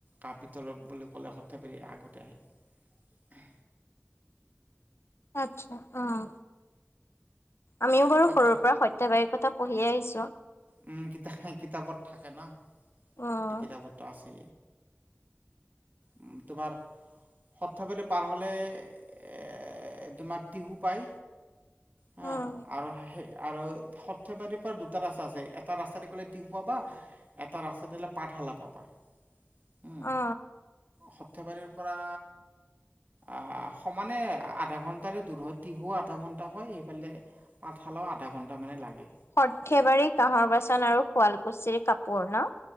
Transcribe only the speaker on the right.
কাপিতল বুলি কলে সৰ্থেবৰি আগতে আহে।
সৰ্থে
উম কিতাপত-কিতাপত থাকে ন?
এইটো কিতাপ পত্ৰ আছে। উ তোমাৰ সৰ্থেবাৰী পাৰ হলে, এ তোমাৰ টিহু পাই। হ
আৰু সেই, আৰু সৰ্থেবাৰীৰ পৰা দুটাত আছে। এটা ৰাস্তাতে গলে টিহু পাবা, এটা ৰাস্তা গলে পাঠশালা পাবা। উম
সৰ্থেবাৰীৰ পৰা আহ সমানে আধা ঘন্টাৰে দূৰ হয়, টিহু আধা ঘন্টা হয়, সেইফালে পাঠশালাও আধা ঘন্টা মানে লাগে।